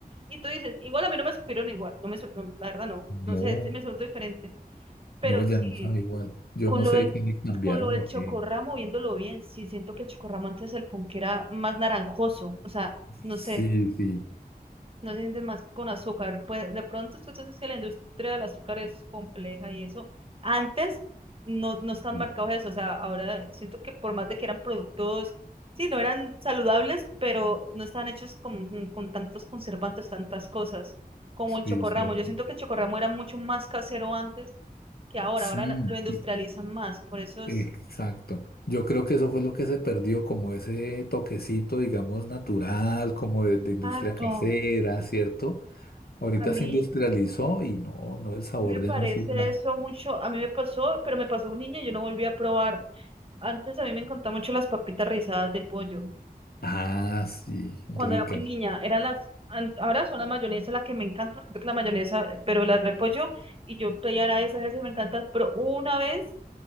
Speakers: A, on the right; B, on the left.
A: y tú dices, igual a mí no me supieron igual, no me, sup- no, la verdad no, no
B: No,
A: sé, se me soltó diferente, pero
B: no, ya
A: sí,
B: no sabe igual. Yo
A: con
B: no
A: lo
B: sé
A: del,
B: qué le cambiaron
A: con lo del
B: o
A: chocorramo,
B: qué.
A: viéndolo bien, sí siento que el chocorramo antes el punk era más naranjoso, o sea, no
B: Sí,
A: sé,
B: sí,
A: no se sienten más con azúcar. Pues de pronto es que entonces que la industria del azúcar es compleja y eso. Antes no, no están
B: sí,
A: marcados eso, o sea, ahora siento que por más de que eran productos, sí, no eran saludables, pero no estaban hechos con, con con tantos conservantes, tantas cosas como el
B: sí,
A: chocorramo.
B: cierto.
A: Yo siento que el chocorramo era mucho más casero antes que ahora,
B: Sí,
A: ahora la- lo industrializan
B: sí.
A: más, por eso es...
B: Exacto. Yo creo que eso fue lo que se perdió, como ese toquecito, digamos, natural, como de, de industria
A: Exacto,
B: casera, ¿cierto? Ahorita
A: a mí
B: se industrializó y no, no, el sabor
A: me
B: ya
A: parece
B: no es igual.
A: eso mucho, a mí me pasó, pero me pasó un niño, y yo no volví a probar Antes a mí me encantaban mucho las papitas rizadas de pollo.
B: Ah, sí, rica.
A: Cuando era muy niña, eran las, an- ahora son las mayonesas las que me encantan, porque la mayonesa, pero las repollo, y yo pedía era esas, esas me encantan, pero una vez